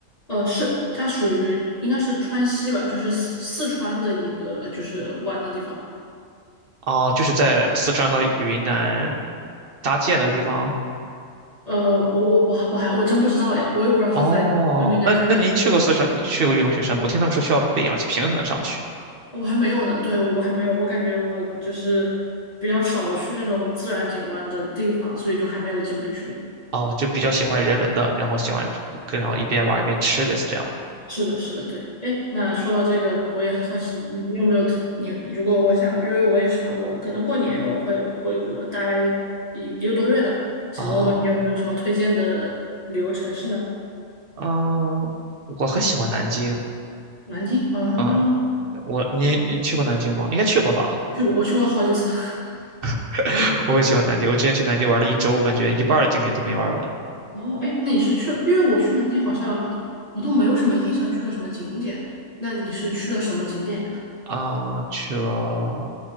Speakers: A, on the left; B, on the right.
A: 呃，是，它属于应该是川西吧，就是四四川的一个就是玩的地方。
B: 哦，就是在四川和云南搭界那个地方。
A: 呃，我我我还我还我真不知道哎，我也不知道是在跟名南加绩还是对，
B: 哦，那那您去过四川，去过玉龙雪山吗？我听他们说需要背氧气瓶才能上去。
A: 我还没有呢，对，我还没有，我感觉我就是比较少去那种自然景观的地方，所以就还没有机会去的。
B: 哦，就比较喜欢人文的，然后喜欢跟然后一边玩一边吃，类似这样的。
A: 是的，是的，对。哎，那说到这个，我也很好奇，你你有没有特你如果我想，因为我也是嘛，我可能过年我会回国待一一个多月的，想问问你有没有什么推荐的旅游城市呢？
B: 哦，嗯，我很喜欢南京。
A: 南京啊，
B: 嗯，我你你去过南京吗？
A: 我
B: 应该去过吧？
A: 去过，我去过好几次。<laughs>
B: <laughs> 我很喜欢南京，我之前去南京玩了一周，感觉一半儿的景点都没玩完。
A: 哦，哎，那你是去了？因为我去南京好像我都没有什么印象，去了什么景点？那你是去了什么景点呀
B: 啊、去了